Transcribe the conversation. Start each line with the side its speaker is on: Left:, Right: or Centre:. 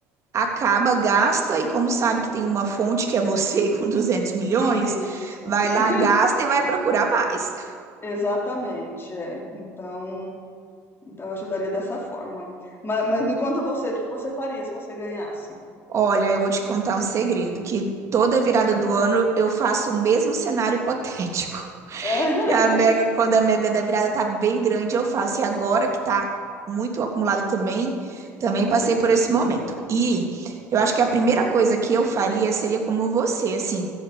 Right: Acaba, gasta, e como sabe que tem uma fonte que é você <laughs> com duzentos milhões,
Left: Isso,
Right: vai
Left: e-
Right: lá, gasta e vai procurar mais.
Left: <laughs> exatamente, é. Então, então eu ajudaria dessa forma. Mas, mas me conta você, o que que você faria se você ganhasse?
Right: Olha, eu vou te contar um segredo, que toda virada do ano eu faço o mesmo cenário hipotético. <laughs>
Left: <laughs>
Right: E a mega, quando a mega da virada tá bem grande, eu faço. E agora que tá muito acumulado também, também
Left: Hum,
Right: passei por esse momento. E eu acho que a primeira coisa que eu faria seria como você, assim,